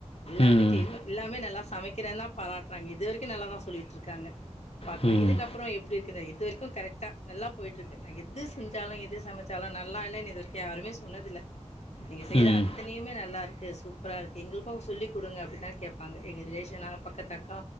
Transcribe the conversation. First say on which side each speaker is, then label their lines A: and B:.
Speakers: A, on the left; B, on the left.
A: எல்லாமே
B: ம்.
A: தெரியு எல்லாமே நல்லா சமக்கிறேன் தா பாராட்டுறாங்க இது வரக்கு நல்லா தா சொல்லிகிட்டுருக்காங்க பாக்கலா
B: ம்.
A: இதுக்கப்பறொ எப்டி இருக்குது இது வரைக்கு கரெட்டா நல்லா போய்ட்ருக்கு நா எது செஞ்சாலு எது சமைச்சாலு நல்லா இல்லன்னு இது வரக்கு யாருமே சொன்னதில்ல நீங்க செய்ற
B: ம்.
A: அத்தனையுமே
B: ம்.
A: நல்லாருக்கு சூப்பரா இருக்கு எங்களுக்கு சொல்லி குடுங்க அப் என்னனு கேப்பாங்க எங்க ரிலேசனான பக்கத்தக்கா